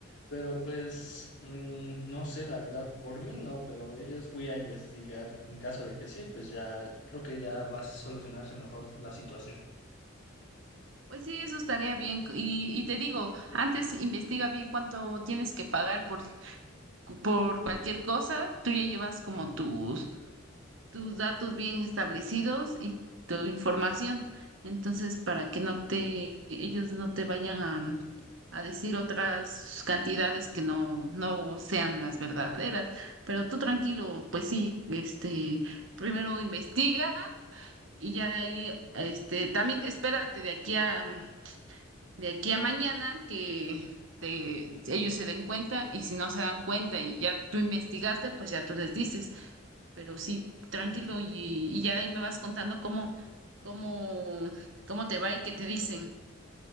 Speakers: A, on the left (about 60°); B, on the right (about 75°).
A: Pero pues mm, no sé, la verdad, por mí no, pero ellos voy a investigar. En caso de que sí, pues ya creo que ya va a solucionarse mejor la situación.
B: Pues sí, eso estaría bien. Y, y te digo, antes investiga bien cuánto tienes que pagar por, por cualquier cosa. Tú ya llevas como tus, tus datos bien establecidos y tu información. Entonces, para que no te, ellos no te vayan a, mm, a decir otras cantidades que no, no sean las verdaderas. Pero tú tranquilo, pues sí, este, primero investiga y ya de ahí, este, también espérate de aquí a mm, de aquí a mañana que te- ellos se den cuenta y si no se dan cuenta y ya tú investigaste, pues ya tú les dices, pero sí, tranquilo y, y ya de ahí me vas contando cómo, cómo, cómo te va y qué te dicen.